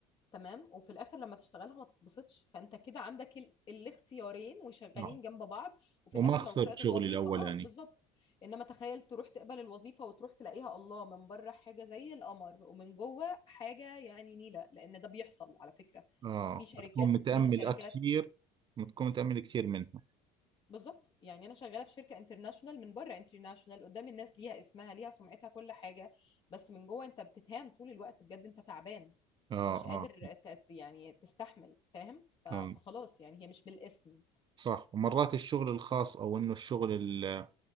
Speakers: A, on the left; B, on the right.
A: تمام وفي الاخر لما تشتغلها ما تتبسطش فانت كده عندك ال... الاختيارين وشغالين
B: آه.
A: جنب بعض وفي
B: وما
A: الاخر
B: خسرت
A: لو طلعت
B: شغلي
A: الوظيفه
B: الأولاني
A: اه بالظبط انما تخيل تروح تقبل الوظيفه وتروح تلاقيها الله من بره حاجه زي القمر ومن جوه حاجه يعني نيله لان ده بيحصل على فكره
B: اه
A: في شركات
B: بتكون متأمل
A: اسمها شركات
B: كثير بتكون متأمل كثير منها
A: بالظبط يعني انا شغاله في شركه انترناشونال من بره انترناشونال قدام الناس ليها اسمها ليها سمعتها كل حاجه بس من جوه انت بتتهان طول الوقت بجد انت تعبان
B: اه
A: مش قادر
B: اه
A: ت- ت- يعني تستحمل فاهم ف- فخلاص
B: فهمت.
A: يعني هي مش بالاسم
B: صح ومرات الشغل الخاص او انه الشغل ال-